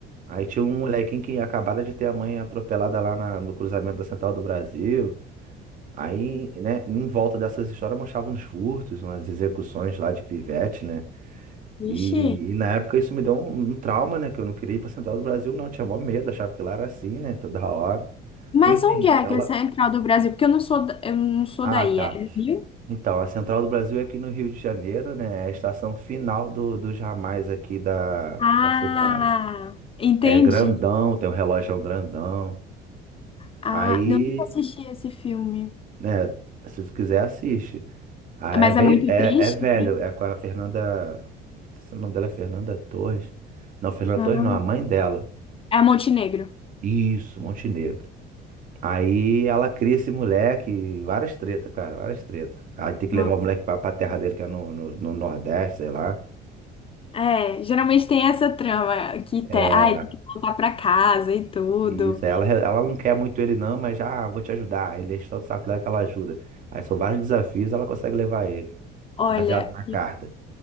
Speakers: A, on the right; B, on the left.
A: Aí tinha um molequinho que acabara de ter a mãe atropelada lá na- no cruzamento da Central do Brasil. Aí, né, em volta dessas histórias mostravam uns furtos, umas execuções lá de pivete, né?
B: Vixe.
A: E, e na época isso me deu um, um trauma, né? Que eu não queria ir pra Central do Brasil, não. Eu tinha mó medo, achava que lá era assim, né? Toda hora.
B: Mas
A: Enfim,
B: onde é
A: ela.
B: que é a central do Brasil? Porque eu não sou, da- eu não sou
A: Ah,
B: daí.
A: tá.
B: É do Rio?
A: Então, a Central do Brasil é aqui no Rio de Janeiro, né? É a estação final do, dos ramais aqui da,
B: Ah,
A: da cidade.
B: entendi.
A: É grandão, tem um relógio grandão.
B: Ah,
A: Aí,
B: eu nunca assisti esse filme.
A: né? Se você quiser, assiste. Ah, é
B: Mas
A: bem.
B: é muito
A: É,
B: triste,
A: é velho,
B: sim.
A: é com a Fernanda. Não sei se o nome dela é Fernanda Torres. Não, Fernanda
B: Ah,
A: Torres não, a mãe dela.
B: é Montenegro.
A: Isso, Montenegro. Aí ela cria esse moleque, várias tretas, cara, várias tretas. Aí tem que
B: Não.
A: levar o moleque pra, pra terra dele, que é no, no, no Nordeste, sei lá.
B: É, geralmente tem essa trama que
A: É,
B: te, ai, tem que voltar pra casa e tudo.
A: isso. Aí ela, ela não quer muito ele, não, mas já "Ah, vou te ajudar. Aí Ele enche o saco dela que ela ajuda. Aí são vários desafios, ela consegue levar ele,
B: Olha,
A: baseado na carta.